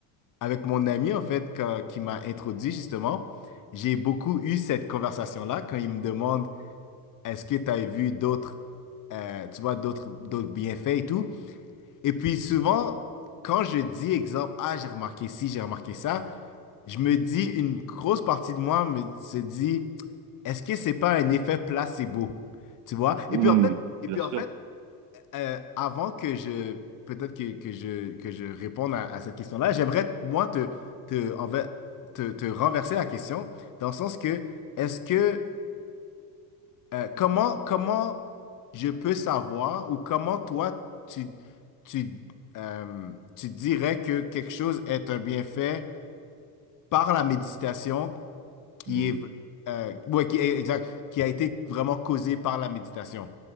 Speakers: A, on the left (about 40°); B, on the right (about 45°).
A: avec mon ami en fait quand- qui m'a introduit justement, j'ai beaucoup eu cette conversation-là quand il me demande est-ce que tu as vu d'autres euh, tu vois d'autres d'autres bienfaits et tout. Et puis souvent, quand je dis exemple, ah, j'ai remarqué ci, j'ai remarqué ça, je me dis, une grosse partie de moi me, se dit, est-ce que c'est pas un effet placebo? Tu vois?
B: Hmm,
A: Et puis en fait,
B: bien
A: et puis
B: sûr.
A: en fait euh, avant que je, peut-être que, que je, que je réponde à, à cette question-là, j'aimerais, moi, te, te, en fait, te, te renverser la question, dans le sens que, est-ce que euh, comment, comment je peux savoir ou comment toi, tu, tu, euh, tu dirais que quelque chose est un bienfait par la méditation qui
B: Hmm.
A: est, euh, ouais, qui est- exact, qui a été vraiment causé par la méditation,